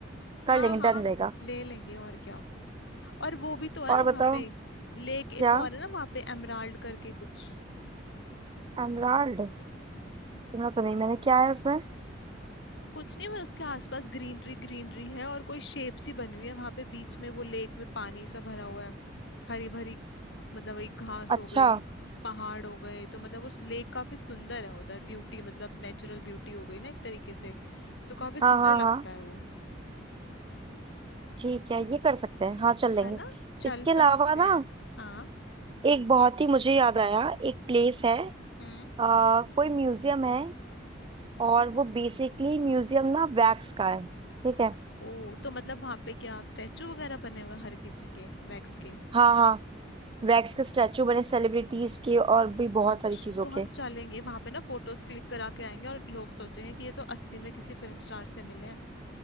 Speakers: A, on the right (about 25°); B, on the left (about 65°).
A: कर
B: हाँ
A: लेंगे
B: हाँ
A: डन रहेगा
B: ले लेंगे और क्या और वो भी तो है
A: और
B: वहां
A: बताओ
B: पे लेक एक
A: क्या
B: और है ना वहां पे एमराल्ड करके कुछ
A: एमराल्ड सुना तो नहीं मैंने क्या है उसमें
B: कुछ नहीं मैं उसके आसपास ग्रीनरी ग्रीनरी है और कोई शेप सी बनी हुई है वहां पे बीच में वो लेक में पानी सा भरा हुआ है हरी भरी मतलब वही घास
A: अच्छा
B: हो गई पहाड़ हो गए तो मतलब उस लेक काफी सुंदर है उधर ब्यूटी मतलब नेचुरल ब्यूटी हो गई ना एक तरीके से तो काफी सुंदर
A: हाँ हाँ
B: लगता
A: हाँ
B: है वो
A: ठीक है ये कर सकते हैं हाँ चल लेंगे
B: है ना चल
A: इसके अलावा
B: सकते
A: ना
B: हैं हाँ
A: एक बहुत ही मुझे याद आया एक प्लेस है
B: हम्म
A: आ, कोई म्यूजियम है और वो बेसिकली म्यूजियम ना वैक्स का है ठीक है
B: ओ तो मतलब वहां पे क्या स्टैचू वगैरह बने हुए हैं हर किसी के वैक्स के
A: हाँ हाँ वैक्स के स्टैचू बने सेलिब्रिटीज के और भी बहुत
B: अच्छा
A: सारी चीजों
B: तो हम
A: के
B: चलेंगे वहां पे ना फोटोज क्लिक करा के आएंगे और लोग सोचेंगे कि ये तो असली में किसी फिल्म स्टार से मिले हैं